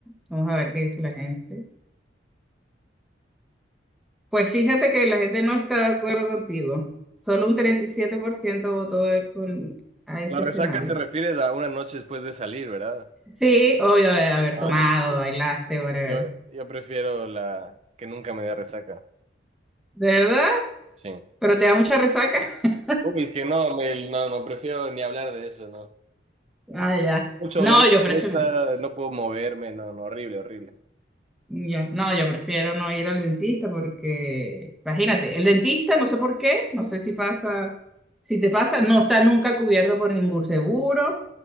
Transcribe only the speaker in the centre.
Vamos a ver qué dice la gente. Pues fíjate que la gente no está de acuerdo contigo. Solo un 37% votó de- con, a ese
escenario.
Sí, obvio de haber
tomado,
bailaste, whatever.
¿De verdad?
¿Pero te da mucha resaca? <laughs>
Ah, ya.
No,
yo
prefiero,
ya. No, yo prefiero no ir al dentista porque, imagínate, el dentista, no sé por qué, no sé si pasa, si te pasa, no está nunca cubierto por ningún seguro,